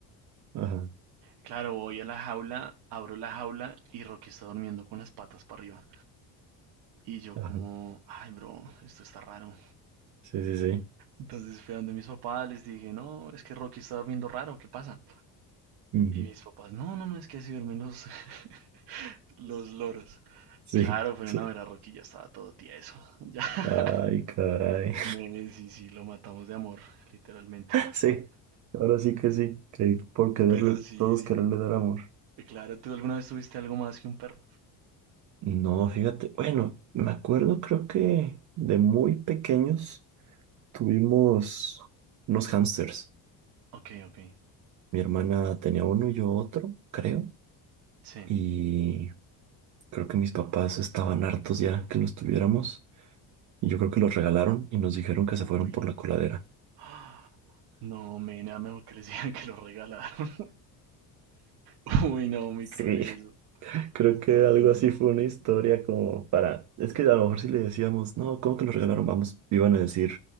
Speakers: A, on the right; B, on the right.
A: Ajá,
B: Claro, voy a la jaula, abro la jaula y Rocky está durmiendo con las patas para arriba. Y yo
A: ajá.
B: como, ay, bro, esto está raro.
A: Sí, sí, sí.
B: Entonces fui a donde mis papás, les dije, no, es que Rocky está durmiendo raro, ¿qué pasa?
A: Ujú.
B: Y mis papás, no, no, no, es que así duermen los, <laughs> los loros.
A: Sí,
B: Claro, fueron
A: <laughs> sí.
B: a ver a Rocky, ya estaba todo tieso. Ya, <laughs>
A: Ay, caray.
B: me, sí, sí, lo matamos de amor, literalmente.
A: <laughs> Sí, ahora sí que sí, que por quererle,
B: Pero sí,
A: todos
B: sí,
A: quererle dar amor.
B: claro, ¿tú alguna vez tuviste algo más que un perro?
A: No, fíjate, bueno, me acuerdo, creo que de muy pequeños tuvimos unos hámsters.
B: Ok, ok,
A: Mi hermana tenía uno y yo otro, creo,
B: sí.
A: y creo que mis papás estaban hartos ya que los tuviéramos. Y yo creo que los regalaron y nos dijeron
B: Uy,
A: que se fueron por la coladera.
B: <gasps> No, men, era mejor que les <laughs> digan que lo regalaron. <laughs> Uy, no, muy
A: Sí,
B: cruel eso.
A: <laughs> creo que
B: No,
A: algo
B: no,
A: así
B: no.
A: fue una historia como para... Es que a lo mejor si le decíamos, no, ¿cómo que nos regalaron? Vamos, iban a decir,